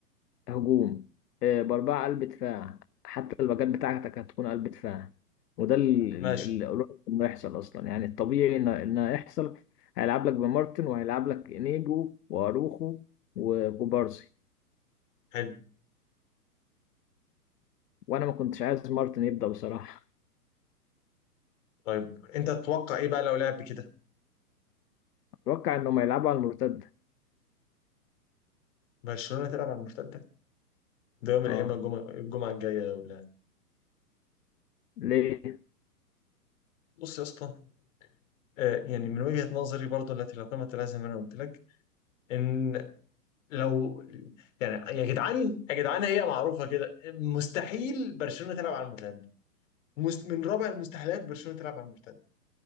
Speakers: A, on the left; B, on the left.
A: هجوم آه، باربعة قلب دفاع حتى الباكات بتاعتك هتكون قلب دفاع وده ال- ال-
B: ماشي
A: اللي قريب انه يحصل اصلا يعني الطبيعي ان انه يحصل هيلعب لك بمارتن وهيلعب لك انيجو واروخو وكوبارسي
B: حلو
A: وانا ما كنتش عايز مارتن يبدأ بصراحة
B: طيب انت تتوقع ايه بقى لو لعب كده
A: اتوقع انهم هيلعبوا على المرتدة
B: برشلونة تلعب على المرتدة ده يوم الايام
A: اه
B: الجمعة الجمعة الجاية ولا
A: ليه
B: بص يا اسطى آه، يعني من وجهة نظري برضو التي لا قيمة لها زي ما انا قلت لك ان لو يعني يا جدعان يا جدعان هي معروفة كده مستحيل برشلونة تلعب على المرتدة مست... من رابع المستحيلات برشلونة تلعب على المرتدة